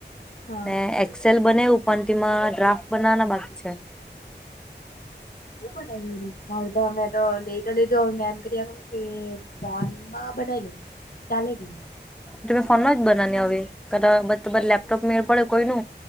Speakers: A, on the left; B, in the centre.
A: હા
B: ને એક્સેલ બનાયુ પણ તેમાં ડ્રાફ્ટ બનાવાના બાકી છે.
A: બ બનાવી ગયું મારું તો અમે તો લઈ તો લીધ મે એમ કરી કે ફનમાં બનાવી લો ચાલે કે નહી.
B: તમે ફોનમાં જ બનાવો હવેલેપટોપ નોમેળ પડે કોઈ નુ.